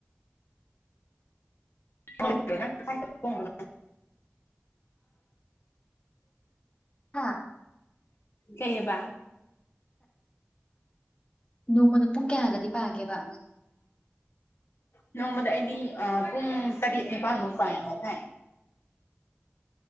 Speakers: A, on the left; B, on the left.
A: <inaudible>
B: ꯂꯣꯏꯗ꯭ꯔꯣ ꯅꯪ ꯀꯥꯏꯗ ꯄꯣꯡꯕꯅꯣ
A: ꯍꯥꯥ
B: ꯀꯩꯑꯕ
A: ꯅꯣꯡꯃꯗ ꯄꯨꯡ ꯀꯌꯥꯒꯗꯤ ꯄꯥꯒꯦꯕ
B: ꯅꯣꯡꯃꯗ ꯑꯩꯗꯤ ꯑ ꯄꯨꯡ ꯇꯔꯦꯠ ꯅꯤꯄꯥꯜꯃꯨꯛ ꯄꯥꯏ ꯍꯥꯏꯇꯥꯥꯏ